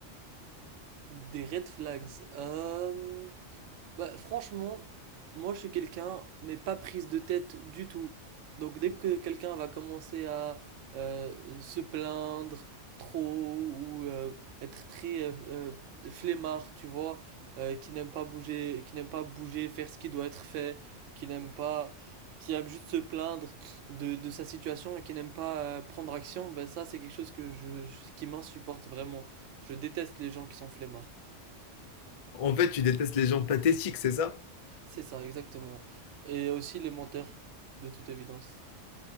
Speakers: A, on the right (about 80°); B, on the left (about 60°).
A: Des red flags. Euh, Bah, franchement, moi je suis quelqu'un, mais pas prise de tête du tout. Donc dès que quelqu'un va commencer à euh, se plaindre trop ou euh, être très euh, euh, flemmard, tu vois, euh, qui n'aime pas bouger, qui n'aime pas bouger, faire ce qui doit être fait, qui n'aime pas, qui aime juste se plaindre de, de sa situation et qui n'aime pas euh, prendre action, ben ça c'est quelque chose que je, je- qui m'insupporte vraiment. Je déteste les gens qui sont flemmards.
B: En fait, tu détestes les gens pathétiques, c'est ça?
A: C'est ça, exactement. Et aussi les menteurs, de toute évidence.